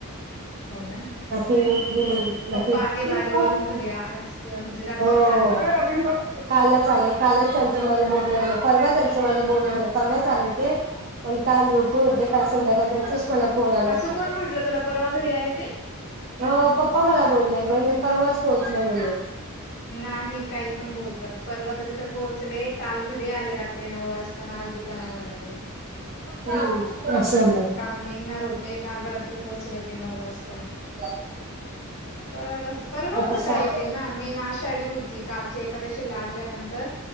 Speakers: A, on the left; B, on the right.
A: हो ना,
B: बाकी हम्म
A: प
B: बाकी
A: पप्पा आले वारी वरून घरी आ आज व म्हणजे रात्रीच
B: हो
A: आले.
B: <unintelligible> कालच आले, कालच त्यांचं माझं बोलण झालं. परवा त्यांचं माझं बोलण झालं. परवाच आले ते पण काल झोपून होते. काल संध्याकाळ त्यांचाच मला फोन आला
A: असं
B: होता.
A: कोण म्हटलं तुला परवा घरी आले ते?
B: हो, पप्पा मला बोलले. बाय मी परवाच पोहोचलो म्हणून
A: नाही. काही पण बोलतात. परवा त तिथं पोहोचले. काल घरी आले. रात्री नऊ वाज ता. न आज दुकानावर आले.
B: हं, असं होणार
A: काल निघणार होते, काल रात्री पोहोचले ते नऊ वाजता.
B: ह <inaudible>
A: परवा कसं परवा कसं
B: सांग
A: काय येतील ना, मेन आषाढी होती, कालची एकादशी लागल्यानंतर